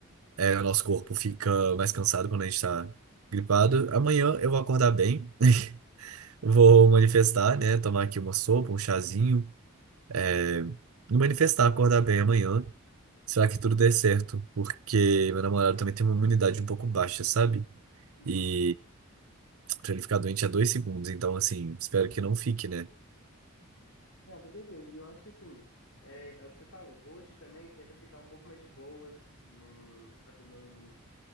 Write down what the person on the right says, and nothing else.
é, o nosso corpo fica mais cansado quando a gente tá gripado. Amanhã eu vou acordar bem, <laughs> vou manifestar, né? Tomar aqui uma sopa, um chazinho é, me manifestar, acordar bem amanhã. Será que tudo dê certo? Porque meu namorado também tem uma imunidade um pouco baixa, sabe?
E pra ele ficar doente é dois segundos, então assim, espero que não fique, né?